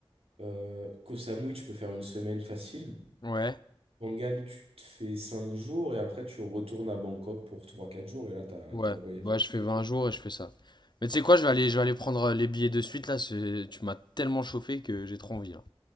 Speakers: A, on the right (about 85°); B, on the left (about 50°).
A: euh, Koh Samui, tu peux faire une semaine facile.
B: Ouais,
A: Pangan, tu te fais 5 jours et après tu retournes à Bangkok pour trois quatre jours et là, t'as,
B: ouais,
A: t'as le voyage
B: ouais, je
A: fait.
B: fais vingt jours et je fais ça. Mais tu sais quoi, je vais aller, je vais aller prendre euh, les billets de suite là. c'est- Tu m'as tellement chauffé que j'ai trop envie là.